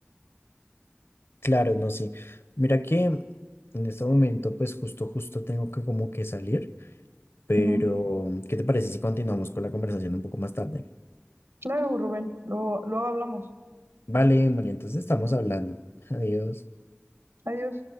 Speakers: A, on the left; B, on the right.
A: Claro, no, sí. Mira que en este momento, pues justo, justo tengo que como que salir. Pero,
B: Ujú.
A: ¿qué te parece si continuamos con la conversación un poco más tarde?
B: Claro, Rubén, luego, luego hablamos.
A: Vale, vale, entonces estamos hablando. <laughs> Adiós.
B: Adiós.